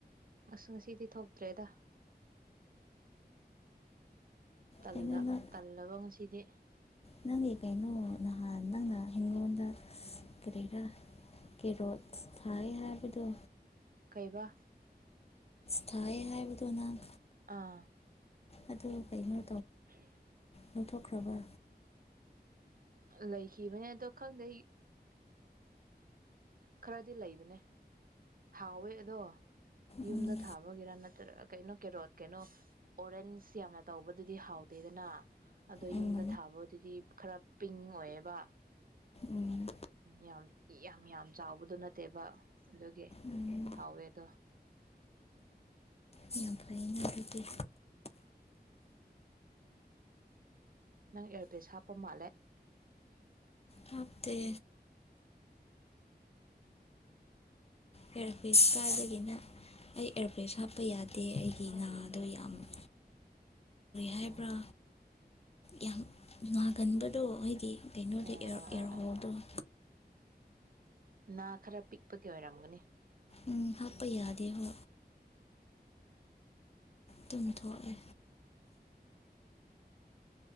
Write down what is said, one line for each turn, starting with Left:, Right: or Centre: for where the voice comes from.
Right: ꯑꯁ ꯉꯁꯤꯗꯤ ꯊꯣꯛꯇ꯭ꯔꯦꯗ ꯇꯜꯂ
Left: ꯀꯩꯅꯣ ꯅꯪ
Right: ꯇꯜꯂꯕ ꯉꯁꯤꯗꯤ
Left: ꯅꯪꯒꯤ ꯀꯩꯅꯣ ꯅꯍꯥꯟ ꯅꯪꯅ ꯑꯩꯉꯣꯟꯗ ꯀꯔꯤꯔꯥ ꯀꯦꯔꯣꯠ ꯊꯥꯏ ꯍꯥꯏꯕꯗꯣ
Right: ꯀꯩꯕꯥ
Left: ꯊꯥꯏꯌꯦ ꯍꯥꯏꯕꯗꯨꯅꯪ
Right: ꯑꯥ
Left: ꯑꯗꯨ ꯀꯩꯅꯣ
Right: <unintelligible>
Left: ꯂꯧꯊꯣꯛꯈ꯭ꯔꯕ
Right: ꯂꯩꯈꯤꯕꯅꯦ ꯑꯗꯣ ꯈꯪꯗꯦ ꯈꯔꯗꯤ ꯂꯩꯕꯅꯦ ꯍꯥꯎꯋꯦ ꯑꯗꯣ ꯌꯨꯝꯗ
Left: ꯎꯝ
Right: ꯊꯥꯕꯒꯤꯔ ꯅꯠꯇ꯭ꯔꯒ ꯀꯩꯅꯣ ꯀꯦꯔꯣꯠ ꯀꯩꯅꯣ ꯑꯣꯔꯦꯟꯁ ꯌꯥꯝꯅ ꯇꯧꯕꯗꯨꯗꯤ ꯍꯥꯎꯇꯦꯗꯅ ꯑꯗꯣ
Left: ꯎꯝ
Right: ꯌꯨꯝꯗ ꯊꯥꯕꯗꯨꯗꯤ ꯈꯔ ꯄꯤꯡ ꯑꯣꯏꯌꯦꯕ
Left: ꯎꯝ
Right: ꯌꯥꯝ ꯌꯥꯝ ꯌꯥꯝ ꯆꯥꯎꯕꯗꯨ ꯅꯠꯇꯦꯕ ꯑꯗꯨꯒꯤ
Left: ꯎꯝ
Right: ꯍꯥꯎꯋꯦ ꯑꯗꯣ <unintelligible>
Left: ꯌꯥꯝ ꯐꯩꯅ ꯑꯗꯨꯗꯤ
Right: ꯅꯪ ꯑꯦꯌꯥꯔꯄꯤꯁ ꯍꯥꯞꯄ ꯃꯥꯜꯂꯦ
Left: ꯍꯥꯞꯄꯦ ꯏꯌꯥꯔꯕꯤꯁ ꯀꯥꯏꯕꯗꯒꯤꯅ ꯑꯩ ꯏꯌꯥꯔꯕꯤꯁ ꯍꯥꯞꯄ ꯌꯥꯗꯦ ꯑꯩꯒꯤ ꯅꯥꯗꯣ ꯌꯥꯝ <inaudible>
Right: ꯑ
Left: ꯍꯥꯏꯕ꯭ꯔꯥ ꯌꯥꯝ ꯅꯥꯒꯟꯕꯗꯣ ꯍꯥꯏꯗꯤ <inaudible> ꯀꯩꯅꯣꯗ
Right: ꯑꯥ
Left: ꯑꯦꯔꯍꯣꯗꯣ
Right: ꯑꯥ ꯑꯥ ꯑꯥ
Left: <inaudible>
Right: ꯅꯥ ꯈꯔ ꯄꯤꯛꯄꯒꯤ ꯑꯣꯏꯔꯝꯒꯅꯤ
Left: ꯎꯝ ꯍꯥꯞꯄ ꯌꯥꯗꯦ ꯍꯣ ꯇ ꯇꯂꯦ